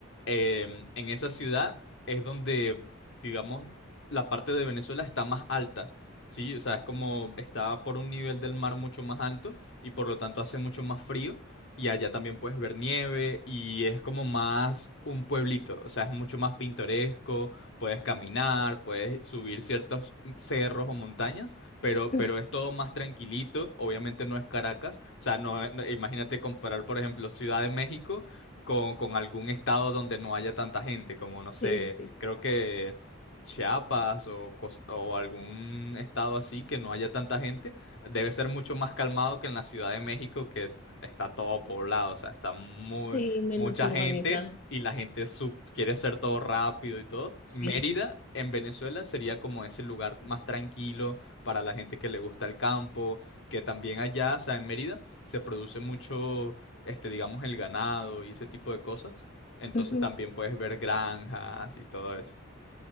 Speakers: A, on the left; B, on the left.
A: Em, en esa ciudad es donde, digamos, la parte de Venezuela está más alta, ¿sí? O sea, es como está por un nivel del mar mucho más alto y por lo tanto hace mucho más frío. Y allá también puedes ver nieve y es como más un pueblito, o sea, es mucho más pintoresco, puedes caminar, puedes subir ciertos cerros o montañas pero,
B: <laughs>
A: pero es todo más tranquilito, obviamente no es Caracas, o sea, no, no- imagínate comparar, por ejemplo, Ciudad de México con, con algún estado donde no haya tanta gente, como, no sé,
B: Sí, sí,
A: creo que... Chiapas o, cos- o algún estado así que no haya tanta gente, debe ser mucho más calmado que en la Ciudad de México, que está todo poblado, o sea, está muy,
B: sí, menos
A: mucha
B: urbanizado.
A: gente y la gente sub- quiere hacer todo rápido y todo.
B: Sí.
A: Mérida en Venezuela sería como ese lugar más tranquilo, para la gente que le gusta el campo, que también allá, o sea, en Mérida se produce mucho, este, digamos, el ganado y ese tipo de cosas. Entonces
B: <laughs>
A: también puedes ver granjas y todo eso.